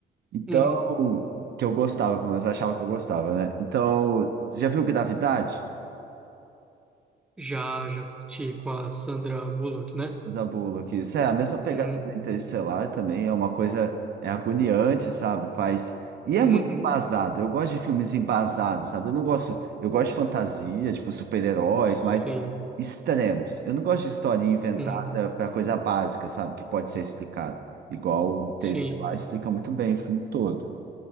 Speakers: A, on the right; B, in the centre.
A: Então,
B: uhum.
A: que eu gostava, pelo menos eu achava que eu gostava, né? Então, você já viu Gravidade?
B: Já, já assisti com a Sandra Bullock, né?
A: Zabulo aqui. Isso é a mesma pegada
B: Uhum,
A: do Interestelar também, é uma coisa é agoniante, sabe? Faz e é
B: uhum,
A: muito embasado. Eu gosto de filmes embasados, sabe? Eu não gosto, eu gosto de fantasia, tipo super-heróis,
B: sim,
A: mas extremos. Eu não gosto de história inventada
B: uhum,
A: para coisa básica, sabe? Que pode ser explicado. Igual o Interestelar
B: sim,
A: explica muito bem o filme todo.